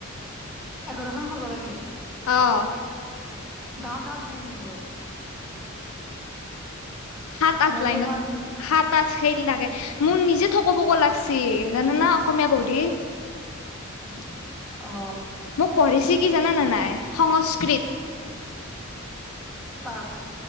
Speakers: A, in the centre; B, on the left (about 85°).
A: এঘাৰখন পব লাগে।
B: অঁ।
A: দহ টা থাকে বুত <unintelligible>
B: হাত আঠ
A: মই
B: লাইনত
A: যে ইমান
B: হাত আঠ খেইল লাগে মোৰ নিজে থ ক'ব ক' লাগচি জান না অসমীয়া পঢ়ি।
A: <inaudible>
B: মোক পঢ়িছে কি জানানে নাই সংস্কৃত।
A: অ।